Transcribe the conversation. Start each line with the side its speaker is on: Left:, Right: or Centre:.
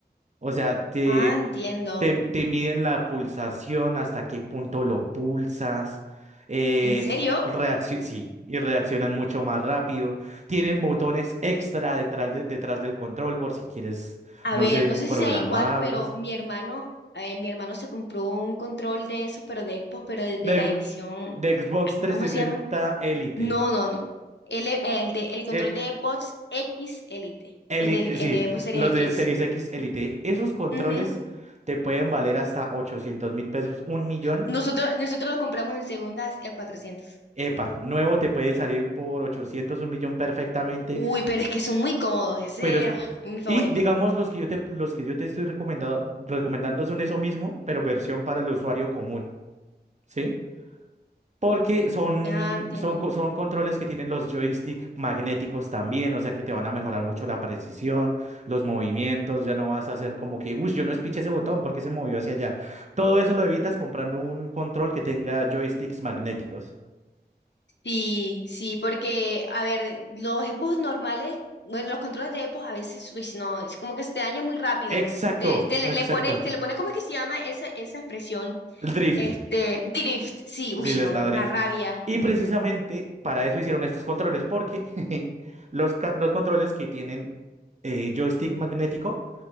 Right: O sea, te,
Left: Ah, entiendo.
Right: Te, te miden la pulsación, hasta qué punto lo pulsas, es
Left: ¿En serio?
Right: reaccio- sí, y reaccionan mucho más rápido. Tienen botones extra detrás, de- detrás del control por si quieres,
Left: A
Right: no
Left: ver,
Right: sé,
Left: no sé
Right: programarlos.
Left: si sea igual, pero mi hermano, eh, mi hermano se compró un control de esos, pero de Xbox, pero de, de
Right: De,
Left: la edición,
Right: de Xbox 360
Left: ¿cómo se llama?
Right: Elite.
Left: No, no, no. El, e- el, de, el control
Right: eh,
Left: de Xbox X Elite,
Right: Eli-
Left: del,
Right: eh,
Left: el
Right: sí,
Left: de Xbox Series
Right: los
Left: X.
Right: de Series X Elite. Esos controles
Left: Ujú.
Right: te pueden valer hasta ochocientos mil pesos, un millón.
Left: Nosotros, nosotros lo compramos en segundas a 400.
Right: Epa, nuevo te puede salir por 800 un millón perfectamente
Left: Uy, pero es que son muy cómodos, ese
Right: Pero, es-
Left: ah, es mi favorito.
Right: y digamos, los que yo te, los que yo te estoy recomendado, recomendando son eso mismo, pero versión para el usuario común, ¿sí? Porque son,
Left: Ah, entiendo.
Right: son, co- son controles que tienen los joystick magnéticos también, o sea que te van a mejorar mucho la precisión, los movimientos, ya no vas a hacer como que, uy, yo no espiché ese botón porque se movió hacia allá. Todo eso lo evitas comprando un control que tenga joysticks magnéticos.
Left: Sí, sí, porque, a ver, los EPOs normales, bueno, los controles de EPOs a veces, uy, no, es como que se te daña muy rápido.
Right: Exacto,
Left: Te, te le,
Right: exacto.
Left: le pone, te le pone, ¿cómo es que se llama esa, esa expresión?
Right: El drift.
Left: Este, drift, sí, uy,
Right: Sí, les
Left: no,
Right: da
Left: me da
Right: drift.
Left: una rabia.
Right: Y precisamente para eso hicieron estos controles, porque <laughs> los, ca- los controles que tienen eh, joystick magnético